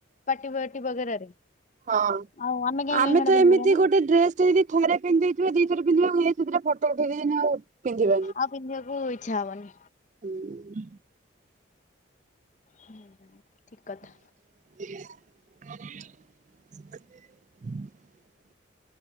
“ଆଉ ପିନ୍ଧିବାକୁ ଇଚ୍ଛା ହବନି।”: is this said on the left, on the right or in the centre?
Left